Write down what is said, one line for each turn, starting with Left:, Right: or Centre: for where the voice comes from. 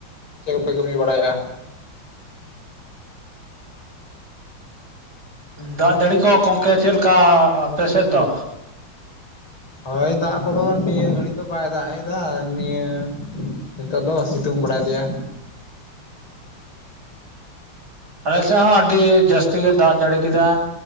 Left: ᱪᱮᱫ ᱠᱚᱯᱮ ᱠᱟᱹᱢᱤ ᱵᱟᱲᱟᱭᱟ?
Right: ᱫᱟᱜ ᱡᱟᱹᱲᱤ ᱠᱚ ᱜᱚᱢᱠᱮ ᱪᱮᱫ ᱞᱮᱠᱟ ᱟᱯᱮ ᱥᱮᱫ ᱫᱚ?
Left: ᱦᱳᱭ ᱫᱟᱜ ᱠᱚᱫᱚ ᱱᱤᱭᱟᱹ ᱜᱷᱟᱹᱲᱤ ᱫᱚ ᱵᱟᱭ ᱫᱟᱜ ᱮᱫᱟ ᱱᱤᱭᱟᱹ ᱱᱤᱛᱚᱜ ᱫᱚ ᱥᱤᱛᱩᱝ ᱵᱟᱲᱟᱭ ᱮᱫᱮᱭᱟ,
Right: ᱟᱞᱮ ᱥᱮᱫ ᱦᱚᱸ ᱟᱹᱰᱤ ᱡᱟᱹᱥᱛᱤ ᱜᱮ ᱫᱟᱜ ᱡᱟᱹᱲᱤ ᱠᱮᱫᱟ᱾